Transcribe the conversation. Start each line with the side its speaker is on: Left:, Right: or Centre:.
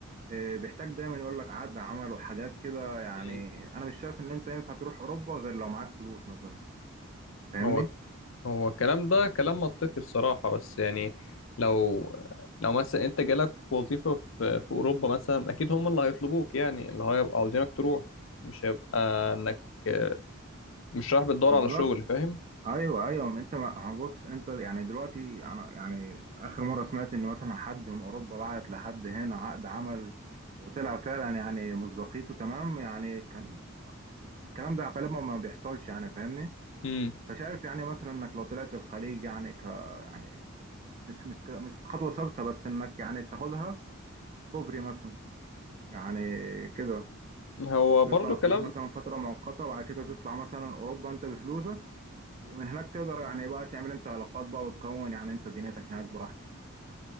Right: آه، بيحتاج دايما يقول لك عقد عمل وحاجات كده يعني
Left: مم.
Right: انا مش شايف ان انت ينفع تروح اوروبا غير لو معاك فلوس مثلا فاهمني
Left: هو هو الكلام ده كلام منطقي الصراحة بس يعني لو لو مثلا أنت جالك وظيفة في في أوروبا مثلا أكيد هم اللي هيطلبوك يعني اللي هيبقى عاوزينك تروح مش هيبقى إنك آه، مش رايح بتدور
Right: بالظبط
Left: على شغل فاهم؟
Right: ايوه ايوه ما انت ما بص انت يعني دلوقتي انا يعني اخر مره سمعت ان مثلا حد من اوروبا بعت لحد هنا عقد عمل وطلع فعلا يعني مصداقيته تمام يعني كان الكلام ده غالبا ما بيحصلش يعني فاهمني
Left: مم.
Right: فشايف يعني مثلا انك لو طلعت الخليج يعني ك يعني مش مش ك- مش خطوة ثابتة بس إنك يعني تاخدها كوبري مثلا يعني كده
Left: هو
Right: تطلع
Left: برضو
Right: الخليج
Left: كلام
Right: مثلا فترة مؤقتة وبعد كده تطلع مثلا أوروبا أنت بفلوسك ومن هناك تقدر يعني بقى تعمل أنت علاقات بقى وتكون يعني أنت دنيتك هناك براحتك